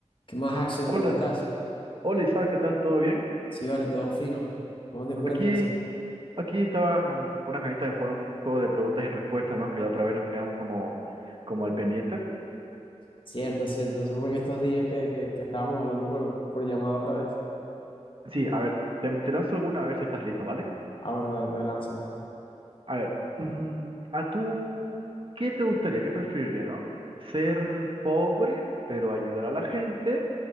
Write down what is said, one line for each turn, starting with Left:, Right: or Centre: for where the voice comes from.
Left: ¿Qué más, Axel?
Right: Hola,
Left: ¿Cómo estás?
Right: hola Isaac, ¿qué tal? ¿Todo bien?
Left: Sí, vale, todo fino. ¿Cómo te encuentras?
Right: Aquí, aquí estaba con, con unas ganitas de jugar un juego de preguntas y respuestas, ¿no? Que la otra vez nos quedamos como, como al pendiente.
Left: Cierto, cierto. Eso fue en estos días que, que- que estábamos hablando por, por llamada otra vez.
Right: Sí, a ver, te, te lanzo alguna a ver si estás lista, ¿vale?
Left: Ah, bueno, dale, pues lánzala.
Right: A ver, mm, ¿a tú qué te gustaría, qué preferirías, ¿no? ¿Ser pobre pero ayudar a la gente